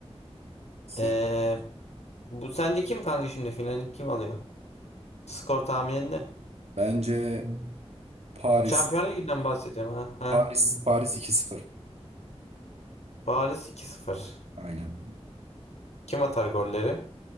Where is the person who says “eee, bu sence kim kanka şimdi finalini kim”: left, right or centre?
Left